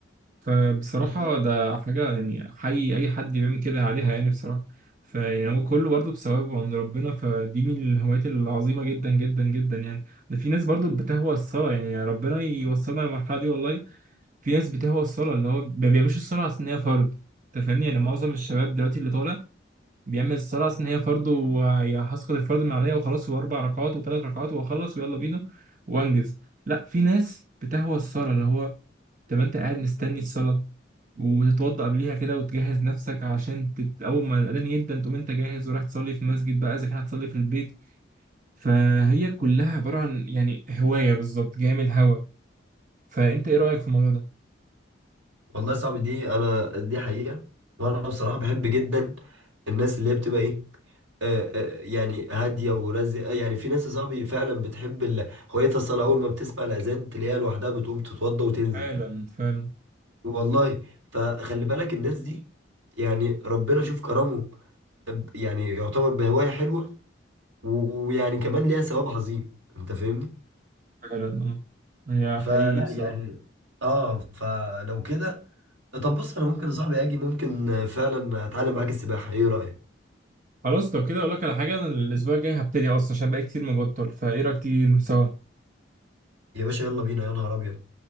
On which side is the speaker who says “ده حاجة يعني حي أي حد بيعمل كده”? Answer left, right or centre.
Right